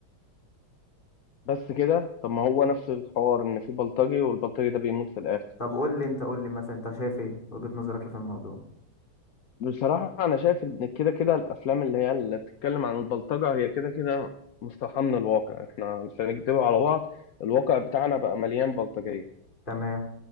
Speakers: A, on the left (about 55°); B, on the left (about 25°).
A: بس كده طب ما هو نفس الحوار ان في بلطجي والبلطجي ده بيموت في الاخر
B: طب قول لي انت قول لي مثلا انت شايف ايه وجهة نظرك إيه في الموضوع
A: بصراحة أنا شايف إن كده كده الأفلام اللي هي اللي بتتكلم عن البلطجة هي كده كده مستوحاة من الواقع، إحنا مش هنكدب على بعض، الواقع بتاعنا بقى مليان بلطجية،
B: تمام